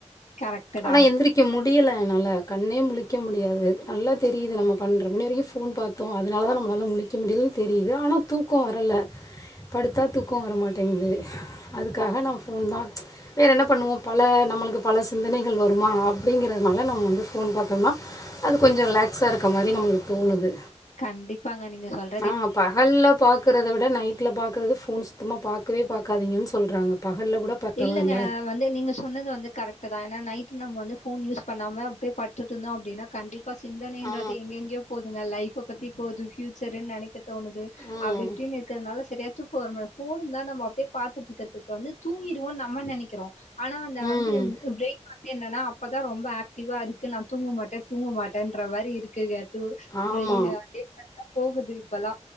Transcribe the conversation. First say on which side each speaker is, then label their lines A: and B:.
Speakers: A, on the left; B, on the left.
A: கரெக்ட்டு தா
B: ஆனா எந்திரிக் க்கி முடில என்னால கண்ணே முழிக்க முடியாது நல்லா தெரிது நம்ம பன்ற மணி வரைக்கு ஃபோன் பாத்தோ அ அதனால தா நம்மளாலா முழிக்க முடியலன் தெரிது ஆனா தூக்கோ வரல படுத்தா தூக்கோ வரமாட்டேங்குது அதுகாக நா ஃபோன்தா வேறென்ன பண்ணுவோ பல நம்மளுக்கு பல சிந்தனைகள் வருமா அப்டிங்கறதுனால நம்ம வந்து ஃபோன் பாத்தம்னா அது கொஞ்ச ரிலாக்ஸா இருக்கமாரி நம்மளுக்கு தோணுது
A: கண்டிப்பாங்க நீங்க சொல்
B: அ பகல்ல பா க்கிறத விட நைட்ல பாக்கறது ஃபோன் சுத்தமா பாக்கவே பாக்காதீங்கன் சொல்றாங்க பகல்ல கூட பரவாயில்ல.
A: இல்லங்க வந்து நீங்க சொன்னது வந்து கரெக்ட்டுதா ஏன்னா நம்ம வந்து ஃபோன் யூஸ் பண்ணாம அப்டே படுத்துட்டுந்தோ அப்டீனா கண்டிப்பா சிந்தனைன்றது
B: ஆ.
A: எங்கெங்யோ போதுங்க லைஃப பத்தி போது ஃபியூச்சர்ன் நெனைக்க தோணுது
B: ம்.
A: அப்டிஇப்டின் இருக்கதுனால செரியா தூக்கொ வரமா ஃபோனு ந்தா நம்ம அப்டே பாத்துட்ருக்கதுக் வந்து தூங்கீருவோன் நம்ம நெனக்கிறோ ஆனா அந்த
B: ம்.
A: வந்து ப்ரெயின் வந்து என்னன்னா அப்பதா ரொம்ப ஆக்டிவா இருக்கு நா தூங்கமாட்டே தூங்கமாட்டேன்ற மாரி இருக்குங்க து
B: ஆமா
A: ப்ரெயினு அதே கர்டா போகுது இப்பலா